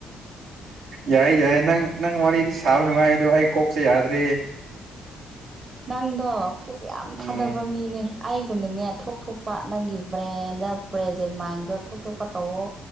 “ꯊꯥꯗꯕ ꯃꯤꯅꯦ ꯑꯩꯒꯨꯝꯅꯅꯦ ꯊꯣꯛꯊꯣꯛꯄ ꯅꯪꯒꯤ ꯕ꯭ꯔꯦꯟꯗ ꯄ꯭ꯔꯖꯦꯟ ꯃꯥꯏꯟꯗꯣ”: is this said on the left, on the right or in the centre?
Right